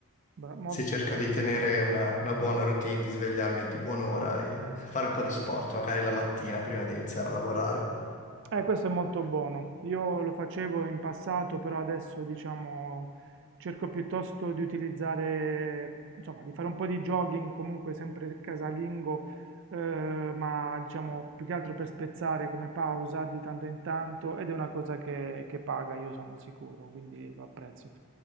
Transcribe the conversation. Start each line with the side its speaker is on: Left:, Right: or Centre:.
Right: bra- molto
Left: sì, cerco
Right: bene.
Left: di tenere una, una buona routine, di svegliarmi a di buon'ora e fare un po' di sport, magari la mattina prima di iniziare a lavorare.
Right: Eh, questo è molto buono. Io lo facevo in passato, però adesso diciamo cerco piuttosto di utilizzare, insomma, di fare un po' di jogging, comunque sempre casalingo, eh, ma diciamo più che altro per spezzare come pausa di tanto in tanto ed è una cosa che, che paga, io sono sicuro, quindi lo apprezzo,